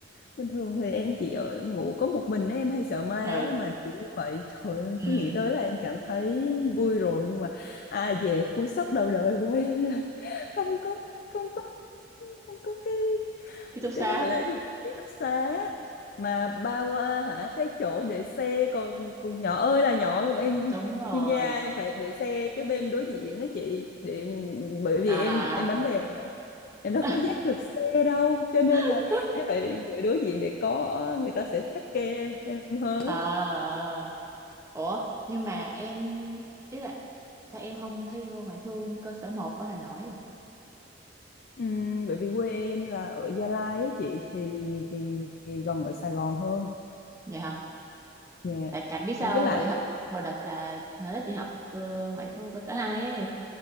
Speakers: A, on the left (about 55°); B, on the right (about 15°).
A: Bình thường thì em chỉ ở ngủ có một mình ấy, em hay sợ ma
B: Ừ.
A: ấy, mà kiểu như vậy trời ơi, em
B: Ừ.
A: cứ nghĩ tới là em cảm thấy vui rồi nhưng mà à về cú sốc đầu đời của em là <laughs> không có không có không có cái
B: Ký túc
A: cái
B: xá.
A: đó gọi là cái gì ký túc xá mà ba qua hả cái chỗ để xe còn còn nhỏ ơi là nhỏ luôn em
B: Đúng rồi.
A: chuyên gia em phải để xe cái bên đối diện á chị để bởi vì
B: À.
A: em em bánh bèo em đâu
B: <laughs>
A: có dắt được xe đâu cho nên là
B: à,
A: em phải gửi đối diện để có người ta sẽ take care em hơn
B: à.
A: á
B: ủa nhưng mà em ý là sao em không thi vô ngoại thương cơ sở một ở Hà Nội
A: Ừm, bởi vì quê em là ở Gia Lai ấy chị thì thì gần ở Sài Gòn hơn
B: vậy hả
A: dạ
B: tại tại biết
A: với
B: sao
A: lại
B: không? hồi hồi đợt là hồi đó chị học ờ, ngoại thương cơ sở 2 ấy